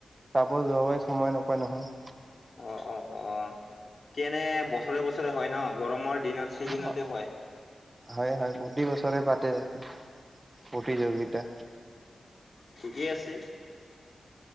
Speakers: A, on the right (about 25°); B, on the left (about 50°).
A: যাব যোৱাই সময় নাপায় নহয়।
B: অ অ অ কেনে বছৰে বছৰে হয় ন গৰমৰ। দিনত চিজনতে
A: অ অ
B: হয়।
A: হয় হয় বহি বছৰে পাতে তাতে। প্ৰতিযোগিতা।
B: থিকেই আছে।